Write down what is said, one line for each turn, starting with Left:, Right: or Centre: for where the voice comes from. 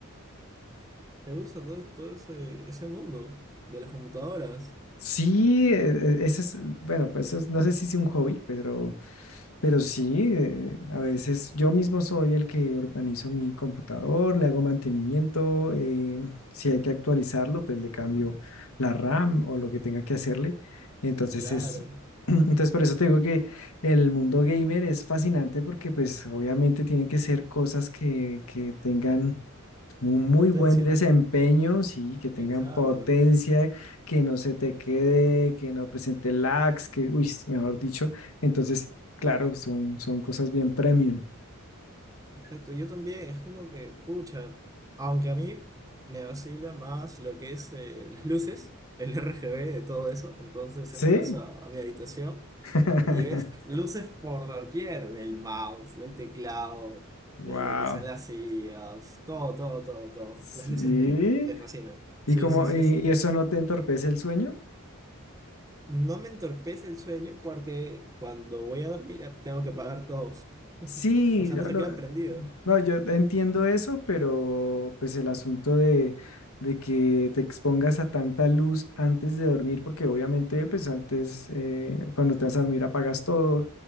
Right: Me gusta todo, todo ese, ese mundo de las computadoras.
Left: Sí, e- e- ese es, bueno, pues eso es- no sé si es un hobby, pero, pero sí, eh, a veces yo mismo soy el que organizo mi computador, le hago mantenimiento, eh, si hay que actualizarlo, pues le cambio la RAM o lo que tenga que hacerle. Entonces
Right: Claro,
Left: es, <clears throat> entonces por eso te digo que el mundo gamer es fascinante porque pues obviamente tienen que ser cosas que, que tengan un muy
Right: potencia.
Left: buen desempeño, sí, que tengan
Right: Exacto.
Left: potencia, que no se te quede, que no presente lags, que, uy, mejor dicho. Entonces, claro, son, son cosas bien premium.
Right: Exacto, yo también, es como que, pucha, aunque a mí me vacila más lo que es eh, <laughs> las luces, el RGB de todo eso, entonces
Left: Sí.
Right: entras a, a mi habitación
Left: <laughs>
Right: y ves luces por doquier, del mouse, del teclado,
Left: Wow.
Right: de lo que son las sillas, todo, todo, todo, todo.
Left: Sí.
Right: Las luces me, me fascinan. Sí,
Left: ¿Y como
Right: sí, sí,
Left: y,
Right: sí.
Left: y eso no te entorpece el sueño?
Right: No me entorpece el sueño porque cuando voy a dormir eh, tengo que apagar todo. <laughs>
Left: Sí,
Right: O sea,
Left: no,
Right: no se
Left: no,
Right: queda prendido.
Left: no, yo entiendo eso, pero pues el asunto de, de que te expongas a tanta luz antes de dormir, porque obviamente pues antes, eh, cuando te vas a dormir apagas todo,